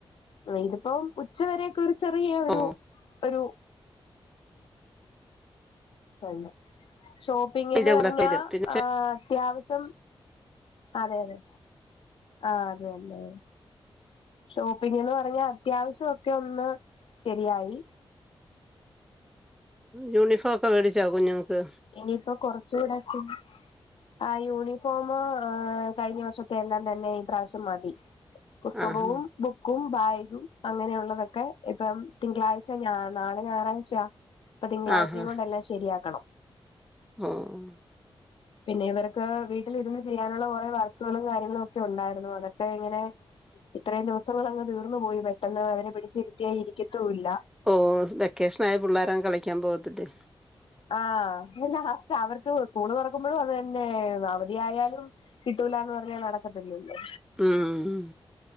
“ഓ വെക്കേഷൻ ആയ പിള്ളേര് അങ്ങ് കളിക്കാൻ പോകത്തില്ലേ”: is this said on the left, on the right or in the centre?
Centre